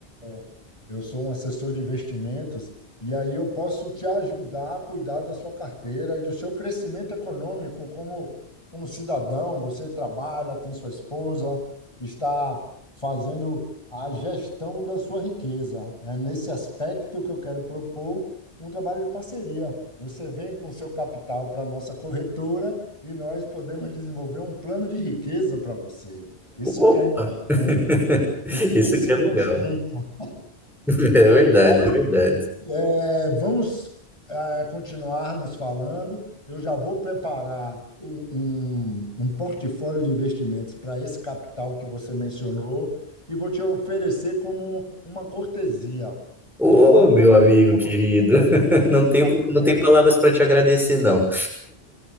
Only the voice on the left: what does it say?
é, eu sou um assessor de investimentos e aí eu posso te ajudar a cuidar da sua carteira e do seu crescimento econômico como, como cidadão. Você trabalha, tem sua esposa, está fazendo a gestão da sua riqueza. É nesse aspecto que eu quero propor um trabalho de parceria. Você vem com seu capital para a nossa corretora e nós podemos desenvolver um plano de riqueza para você. Isso
que é importante.
Você
tem esse
conceito.
Mas
é, vamos é, continuar nos falando. Eu já vou preparar um, um- um portfólio de investimentos para esse capital que você mencionou e vou te oferecer como uma cortesia,
de forma
gratuita,
você
vai
ter
um-